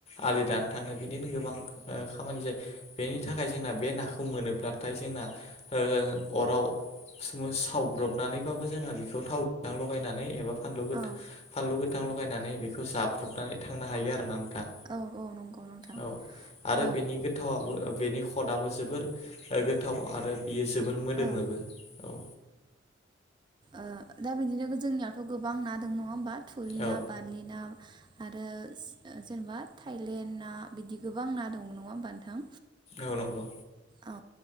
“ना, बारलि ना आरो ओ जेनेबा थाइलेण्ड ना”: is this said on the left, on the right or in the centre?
Right